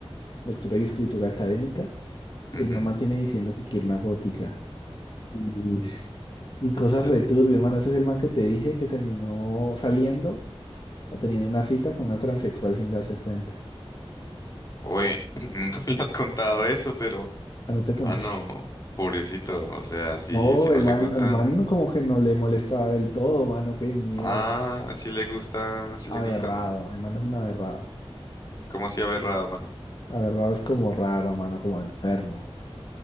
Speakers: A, on the left (about 50°); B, on the left (about 35°).
A: lectura y escritura académica y
B: ujú.
A: el mamá tiene diciendo que quiere una gótica. Y, y cosas
B: Eh,
A: returbio, hermano. Ese es el man que te dije que terminó saliendo o teniendo una cita con una transexual sin darse cuenta.
B: oye, <clears throat> nunca me has contado eso, pero,
A: Ah, no te conté.
B: mano,
A: <laughs>
B: pobrecito, o sea, si,
A: No,
B: si no
A: el
B: le
A: man,
B: gustan...
A: el man como que no le molestaba del todo, mano. Qué miedo.
B: Ah, si le gustan, si le
A: Aberrado.
B: gustan,
A: El man es un aberrado.
B: como si aberrado, mano.
A: Aberrado es como raro, mano, como enfermo.